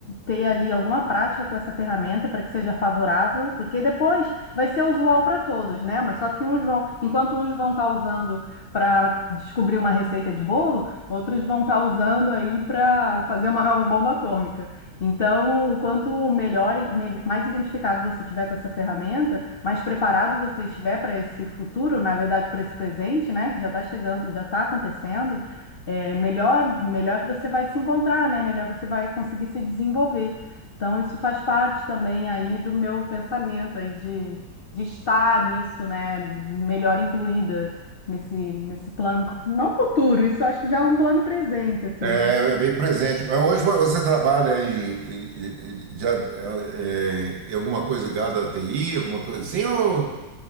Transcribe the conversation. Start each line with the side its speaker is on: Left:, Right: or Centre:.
Left: ter ali alguma prática com essa ferramenta para que seja favorável, porque depois vai ser usual para todos, né? Mas só que uns vão, enquanto uns vão estar usando para descobrir uma receita de bolo, outros vão estar usando aí para fazer uma nova bomba atômica. Então, quanto melhor, e mel- mais identificado você tiver com essa ferramenta, mais preparado você estiver para esse futuro, na verdade, para esse presente, né? Que já está chegando, já está acontecendo. é, melhor, melhor que você vai se encontrar, né? Melhor você vai conseguir se desenvolver. Então, isso faz parte também aí do meu pensamento aí de de estar nisso, né, melhor incluída nesse, nesse plano, não futuro, isso acho que já é um plano presente, assim.
Right: É, é bem presente. Mas Hoje você trabalha em, em- em- de- é, é, em alguma coisa ligada à TI, alguma coisa assim, ou,